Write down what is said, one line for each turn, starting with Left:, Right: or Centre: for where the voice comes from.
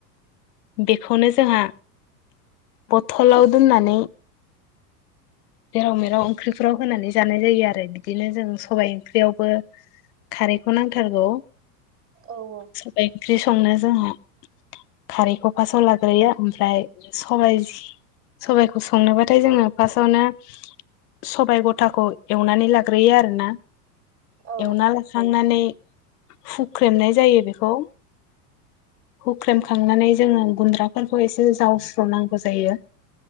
Left: बेखौनो जोंहा बथलाव दोननानै जेराव मेराव ओंख्रि बेफ्राव होनानै जानाय जायो आरो बिदिनो जों सबाइ ओंख्रियावबो खारैखौ नांथारगौ
Right: ओं औ
Left: सबाय ओंख्रि संनो जोंहा खारैखौ फास्टाव लाग्रोयो ओमफ्राय सबाय सबायखौ संनोबाथाय जोङो फार्स्टआवनो सबायाइ गथाखौ एवनानै लाग्रोयो आरो ना
Right: औ
Left: एवना सुखांनानै हुख्रेमनाय जायो बेखौ हुख्रेमखांनानै जोङो गुन्द्राफोरखौ एसे जावस्र'नांगौ जायो